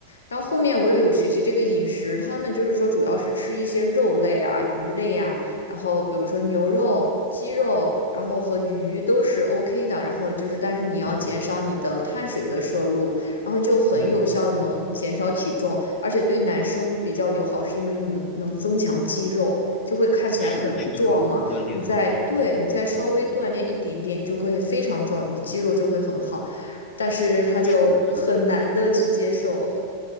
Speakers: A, on the left; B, on the left.
A: 然后后面我又有学习这个饮食，他们就是说主要是吃一些肉类啊、鱼类啊，然后比如说牛肉、鸡肉，然后和鱼都是 OK 的。然后就是，但是你要减少你的碳水的摄入，
B: 嗯
A: 然后就很有效地能减少体重，
B: 嗯，
A: 而且对男生比较友好，是因为你能增强肌肉，就会看起来很壮嘛。
B: 是是这样。如果锻炼的话，
A: 你在对你再稍微锻炼一点点，
B: 会增强肌肉。
A: 就会非常壮，你的肌肉就会很好。但是他就很难的去接受。
B: 是的，是的。